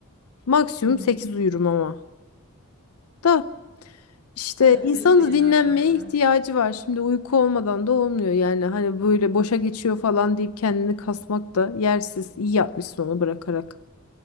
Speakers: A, on the left (about 80°); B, on the right (about 50°).
A: Maksimum
B: Hı hı.
A: 8 uyurum ama. Da işte
B: Evet,
A: insanın
B: benim de genelde
A: da dinlenmeye
B: öyle.
A: ihtiyacı var. Şimdi uyku olmadan da olmuyor. Yani hani böyle boşa geçiyor falan deyip kendini kasmak da yersiz. İyi yapmışsın onu bırakarak.